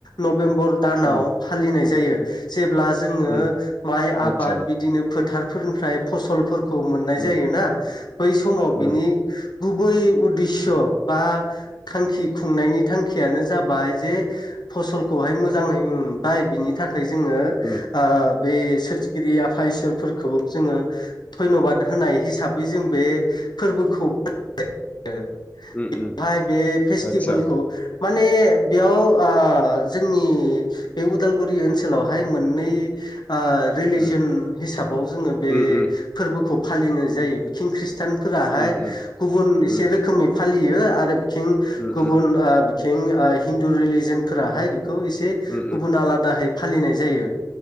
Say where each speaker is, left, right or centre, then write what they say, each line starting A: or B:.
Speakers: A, on the left; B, on the left.
A: नभेम्बर दानाव
B: उम
A: फालिनाय जायो जेब्ला जोङो
B: उम
A: माइ आबाद
B: आतसा
A: बिदिनो फोथारफोरनिफ्राय फसलफोर खौ मोननाय
B: उम
A: जायोना बै समाव बिनि
B: उम उम
A: गुबै उद्दिेस्स' बा थांखि खुंनायनि थांखियानो जाबाय जे फसलखौहाय मोजां मोनबाय बिनि था- खाय जोङो
B: उम
A: ओ बे सोरजिगिरि आफा इसोरफोरखौ जोङो धन्य'बाद होनाय हिसाबै जों बे फोरबोखौ फालिनाय जायो आ- रो
B: उम उम
A: बेहाय बे फेस्टिभेलखौ
B: आतसा
A: माने बेयाव ओ जोंनि बे उदालगुरि ओनसोलावहाय मोननै ओ रिलिजन
B: उम
A: हिसाबाव जोङो बे
B: उम उम
A: फोरबोखौ फालिनाय जायो बिथिं खृ- ष्टान फोराहाय
B: उम उम
A: गुबुन
B: उम
A: एसे रोखोमै फालियो आरो बिथिं
B: उम
A: गुबुन बिथिं हिन्दु रिलिजन फोराहाय बे खौ एसे
B: उम
A: गुबुन आलादाहै फालिनाय जायो।